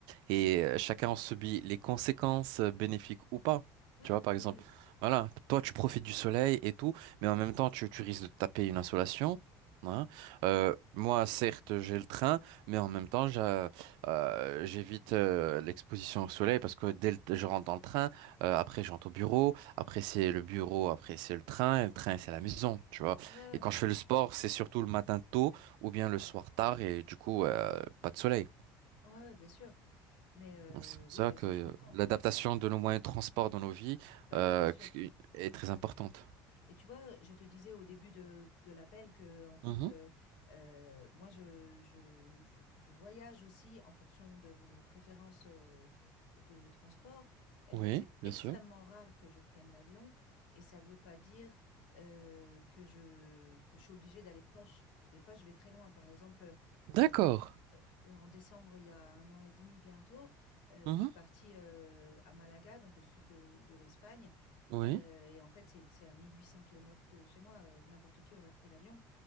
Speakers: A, on the right; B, on the left.
A: et euh, chacun en subit les conséquences euh, bénéfiques ou pas.
B: oui,
A: Tu vois, par exemple,
B: oui, oui.
A: voilà, toi tu profites du soleil et tout, mais en même temps tu, tu risques de te taper une insolation. hein. Euh, moi, certes, j'ai le train, mais en même temps, j'a- euh, j'évite euh, l'exposition au soleil parce que dès que je rentre dans le train, euh, après je rentre au bureau, après c'est le bureau, après c'est le train, et le train c'est la maison, tu vois.
B: Ouais, ouais,
A: Et quand
B: bien
A: je
B: sûr.
A: fais le sport, c'est surtout le matin tôt ou bien le soir tard et du coup, euh, pas de soleil.
B: Ouais, ouais, bien sûr. Mais euh,
A: Donc c'est pour ça
B: oui, bien
A: que
B: sûr,
A: euh,
B: je comprends.
A: l'adaptation de nos moyens de transport dans nos vies
B: Bah
A: euh,
B: ouais, bien sûr.
A: est très importante.
B: Et tu vois, je te disais au début de, de l'appel que, en fait,
A: Mhm.
B: euh, euh, moi, je, je, je, je voyage aussi en fonction de mes préférences euh, de transport. Euh,
A: Oui,
B: c'est
A: bien
B: extrêmement
A: sûr.
B: rare que je prenne l'avion et ça ne veut pas dire euh, que je, que je suis obligée d'aller proche. Des fois, je vais très loin. Par exemple,
A: D'accord.
B: euh, en, euh, en décembre, il y a un an et demi bientôt, euh,
A: Mhm.
B: je suis partie euh, à Malaga, donc au sud de, de l'Espagne.
A: Oui,
B: Euh, et en fait, c'est c'est à 1800 km de chez moi. euh, n'importe qui aurait pris l'avion.